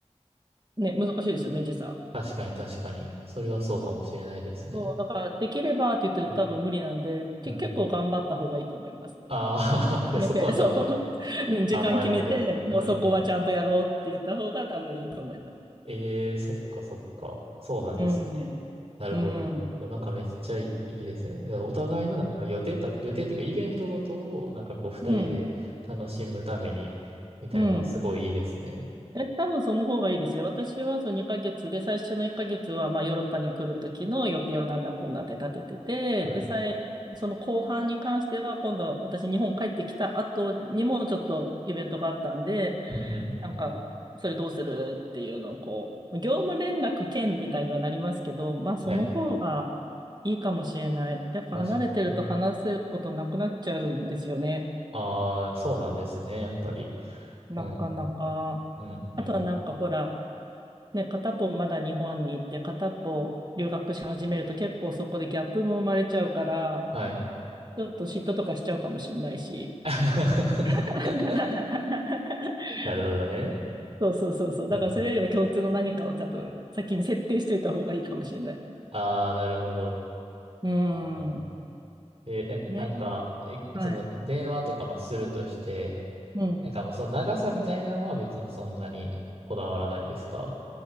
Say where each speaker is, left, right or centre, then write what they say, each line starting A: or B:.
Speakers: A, on the right; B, on the right.
A: ね、難しいですよね、時差。
B: 確かに確かに。それはそうかもしれないですね。
A: そう、だからできればって言ってると多分無理なんで、
B: うん
A: け結構頑張った方がいいと思います。
B: うんああー、
A: 決めて、
B: <laughs> で、そこはちょっと
A: <laughs> そう、<laughs> うん時間決めて、
B: 頑張って。うん。
A: もうそこはちゃんとやろうって言った方が多分いいと思います。
B: ええーそっかそっか。そうなんですね。
A: うん。
B: なるほど、
A: うん。
B: なるほど。なんかめっちゃいいですね。だからお互いのなんか予定た、予定っていうかイベントごとをなんかこう二人で楽しむためにみたいなのはすごいいいですね。
A: うん。うん。え、多分その方がいいですよ。私はその2ヶ月で、最初の1ヶ月はまあヨーロッパに来る時の予定をなんだこんだって立ててて、
B: はい。
A: で、さい、その後半に関しては今度私日本帰ってきた後にもちょっとイベントがあったんで、
B: うんうんうんうん。
A: なんか、それどうするっていうのをこう、業務連絡兼みたいにはなりますけど、まあその方が
B: はい。
A: いいかもしれない。やっぱ離れてると話すことなくなっちゃうんですよね。
B: 確かに。ああ、そうなんですね、やっぱり。
A: なかなか。
B: うん。うん、うん。
A: あとはなんかほら、ね、片っぽまだ日本に行って片っぽ留学し始めると結構そこでギャップも生まれちゃうから、
B: はい。
A: ちょっと嫉妬とかしちゃうかもしれないし。
B: <laughs>
A: <laughs>
B: なるほどね。
A: うんそうそうそうそう。
B: うん
A: だからそれよりは共通の何かを多分先に設定しておいた方がいいかもしれない。
B: ああ、なるほど。
A: うー
B: うん
A: ん。
B: えーえ、
A: ね。
B: なんか、え、
A: はい。
B: その、電話とかまあするとして、
A: うん。
B: なんかもうその長さみたいなのは別にそんなにこだわらないですか